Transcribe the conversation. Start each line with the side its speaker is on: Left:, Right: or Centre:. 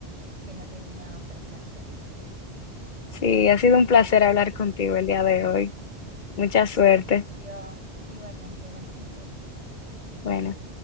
Right: que no tenía presente.
Left: Sí, ha sido un placer hablar contigo el día de hoy. Mucha suerte.
Right: Lo mismo digo, igualmente, buenas noches.
Left: Bueno.